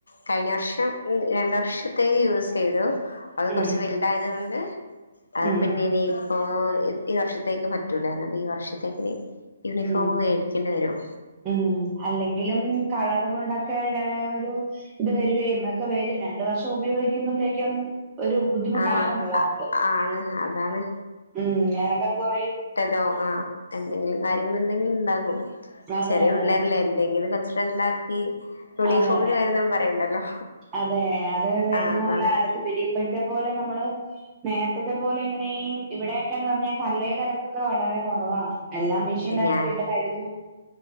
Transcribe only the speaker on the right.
ഉം
ഉം
ഉം
ഉം അല്ലെങ്കിലും കളർ കൊണ്ടൊക്കെടെ ഇ വരുവേ ഒക്കെ വരും രണ്ട് വർഷം ഉപയോഗിക്കുമ്പോഴത്തേക്കും ഒരു ബുദ്ധിമുട്ടാവും
പിള്ളേർക്ക്
ഉം ഇറക്കം കുറയും
അതെ
അതെ
അതെ
അതെ അതെ
അതെ അത്
എന്നുളള
അലക്കും പിന്നെ ഇപ്പോത്തെ പോലെ നമ്മള് നേർ- ഇത്തെ പോലെ ഇങ്ങനെഈ ഇവിടെയൊക്കെന്ന് പറഞ്ഞാൽ കല്ലൽലക്കൊക്കെ വളരെ കുറവാണ് എല്ലാം മി ഷിൻ്റകത്തൊക്കെ
ഇട്ട് കഴുകുന്നു